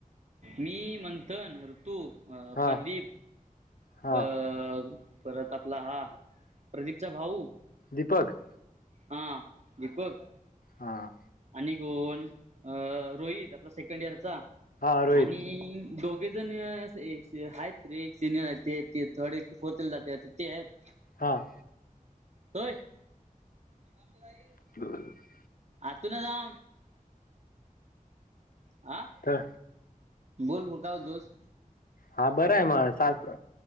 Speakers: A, on the right; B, on the left.
A: मी मंथन, ऋतु! अ
B: हा
A: प्रदीप,
B: हा
A: अ परत आपला हा, प्रदीपचा भाऊ.
B: दीपक.
A: हा दीपक
B: हां.
A: आणि कोण रोहित आपला सेकंड इयरचा
B: हा रोहित
A: आणि दोघे जण अस आहेत एक सिनियर आहेत ते ते थर्ड फोर्थ जाते ते आहेत. <inaudible>
B: हां.
A: होय. <unintelligible>
B: ह <unintelligible>
A: आ तुन जाऊन हा,
B: तर
A: बोल बोल काय म्हणतोस?
B: हा बरं आहे, म सात